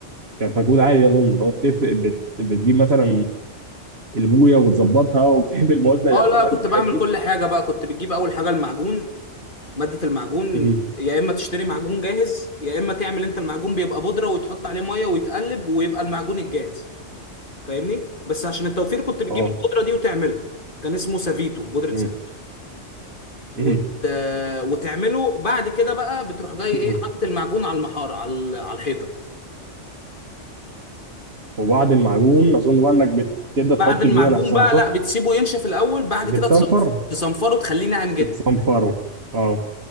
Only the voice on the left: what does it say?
اه
لا كنت
بعمل
كل حاجه بقى كنت بتجيب اول حاجه المعجون ماده المعجون
يا اما تشتري معجون جاهز يا اما تعمل انت المعجون بيبقى بودره ويتحط عليه ميه ويتقلب ويبقى المعجون الجاهز فاهمني بس عشان التوفير كنت بتجيب
البودره دي وتعمله كان اسمه سافيتو بودره
سافيتو
وت... وتعمله بعد كده بقى بتروح جاي
ايه حاطط المعجون على المحاره على على الحيطه
بعد
المعجون
بقى
لا بتسيبه ينشف الاول بعد
كده تصنف- تصنفره تخليه ناعم جدا